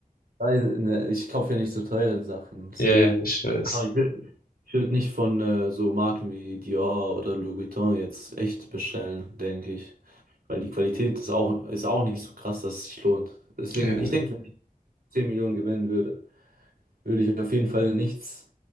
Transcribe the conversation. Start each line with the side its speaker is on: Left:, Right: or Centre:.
Right: Nein, ne, ich kaufe ja nicht so teure Sachen. Es
Left: Ja,
Right: geht.
Left: ich weiß.
Right: Aber ich würde ich würd nicht von äh, so Marken wie Dior oder Louis Vuitton jetzt echt bestellen, denke ich. Weil die Qualität ist auch, ist auch nicht so krass, dass es sich lohnt. Deswegen,
Left: Ja,
Right: ich denke, wenn ich 10 Millionen gewinnen würde, würde ich auf jeden Fall nichts,